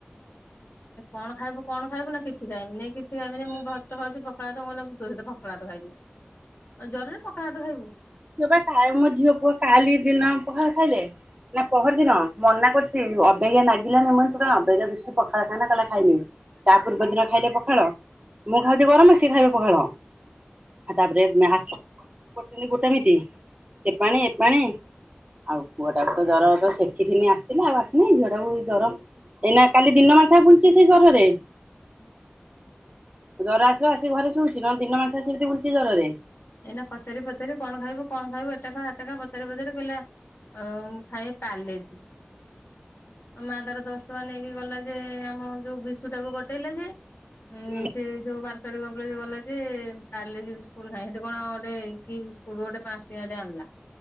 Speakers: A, on the left (about 55°); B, on the right (about 30°).
A: କଣ ଖାଇବ କଣ ଖାଇବ ନା କିଛି ଖାଇବି ନାଇ କିଛି ଖାଇବି ମୁଁ ଭକ୍ ଖାଉଛି ପଖଳା ତ କହିଲ ଦୋଷତ ପଖଳା ତ ଖାଇବି। ଆଉ ଜରରେ ପଖାଲ ଭାତ ଖାଇବୁ?
B: ପାଇଁ କାଇ ମର ଝିଅ ପୁଅ କାଲି ଦିନ ପଖର ଖାଇଲେ ନା ପହରଦିନ ମନା କରୁଛି ଅବେଜ୍ ଲାଗିଲାନି ମୁ ତୁ କଁ ଅବେଜା ଦେଖୁ ପଖାଳ ଖାନା କଲା ଖାଇନି। ତା ପୂର୍ବ ଦିନ ଖାଇଲେ ପଖାଳ ମୁଁ ଖାଉଛି ଗରମ ସିଏ ଖାଇବେ ପଖାଳ। ଆଉ ତାପରେ ଆସ କରୁଛନ୍ତି ଗୋଟେମିତି ସେ ପାଣି ଏ ପାଣି। ଆଉ କୁଅଟାକୁ ତ ଜର ତ ସେଠି ଦିନ ଆସିଥିଲା ଆଉ ଆସିନି ଝିଅ ଟାକୁ ଟାକୁ ଜର ଏଇନା କାଲି ଦିନ ମାସା ବୁଲଛି ସେଇ ଜରରେ।
A: <inaudible>
B: ଜର ଆସିଲ ଆସି ଘରେ ଶୁଛି ନହେଲେ ସେମି ବୁଛି ଜରରେ।
A: ଏଇନା ପଚାରି ପଚି କଣ ଖାଇବୁ କଣ ଖାଇବୁ ଏଟା ଖା ଏଟା ପଚାରି ପଚାରି କହିଲା ଆଉ ଖାଇ ପାଲେଜି। ଆଉ ମା ଦାର ଦଶ ଟଙ୍କା ନେଇକି ଗଲା ଯେ ଆମ ଯୋଉ ବିଷୁ ଟାକୁ ଗଟେଇଲା ଯେ ଉଁ
B: ହୁଁ
A: ସେ ଯୋଉ ବାର୍ଶର ଗ ଯୋଉ ଗଲା ଯେ କାଲି ଯିବି ସ୍କୁଲ ନାହିଁ କଣ ଗୋଇକ ସ୍କୁଲ ଗୋଟେ ପାଞ୍ଚଟେ ଆଣିଲା